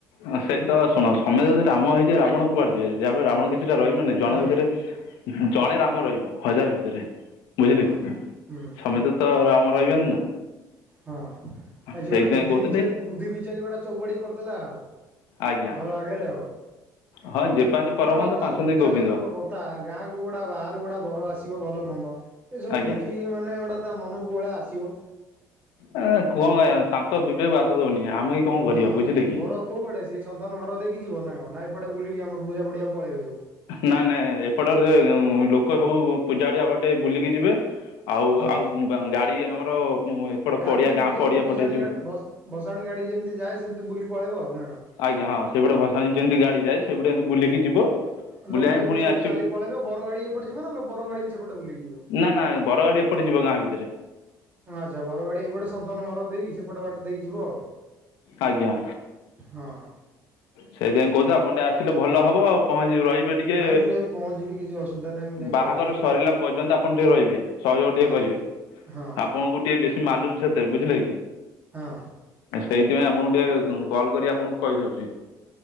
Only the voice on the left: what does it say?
ହଁ ସେଇତ ଶୁଣ ସମେତେ ଯଦି ରାମ ହେଇଯିବେ ରାବଣ କୁଆଡ଼େ ଯିବେ ଯାହା ବି ରାବଣ କିଛି ଟା ରହିବେ ନା ନାଇଁ
ଜଣଙ୍କ ଭିତରେ ଜଣେ ରାମ ରହିବ ହଜାର ଭିତରେ ବୁଝିଲେ
କି
ସମେତ ତ ରାମ ରହିବେନି ନା।
ସେଇଥିପାଇଁ
କହୁଥିଲି
ଆଜ୍ଞା
ହଁ ଯେ ପାଞ୍ଚ ପରମହଂସ
ପାଞ୍ଚନ୍ତି
ଗୋବିନ୍ଦ
ଆଜ୍ଞା
ଏ କଣ କହିବା ତାଙ୍କ ବିବେକୁ ବାଧା ଦଉନି ଆମେ କ'ଣ କରିବା
ବୁଝିଲେ କି
ନା ନାଇଁ ଏପଟରେ ଲୋକ ସବୁ ପୂଜା <unintelligible> ପଟେ ବୁଲିକି ଯିବେ। ଆଉ
ଆଉ ଗାଡି ଆମର ଏପଟ
ପଡ଼ିଆ
ଗାଁ
ପଡ଼ିଆ
ପଟେ ଯିବ
ଆଜ୍ଞା ହଁ ସେପଟେ ଭସାଣି ଯେମିତି ଗାଡ଼ି ଯାଏ ସେପଟେ ବୁଲିକି ଯିବ। ବୁଲି
ଆଣି
ପୁଣି
ଆସିବ
ନା ନା ବର ଗାଡ଼ି ଏପଟେ ଯିବ ଗାଁ ଭିତରେ।
ଆଜ୍ଞା।
ସେଇଥିପାଇଁ କହୁଥିଲେ ଆପଣ ଟେ ଆସିଲେ ଭଲ ହବ ପହଞ୍ଚି ରହିବେ। ଟିକେ
ବାହାଘର
ସରିଲା ପର୍ଯ୍ୟନ୍ତ ଆପଣ ଟିକେ ରହିବେ ସହଯୋଗ ଟିକେ
କରିବେ।
ଆପଣଙ୍କୁ ଟିକେ ବେଶୀ ମାଲୁମ୍ ସେଥିରେ ବୁଝିଲେ କି?
ସେଇଥିପାଇଁ ଆପଣଙ୍କୁ ଟିକି କଲ୍ କରି ଆପଣଙ୍କୁ କହିଦେଉଛି।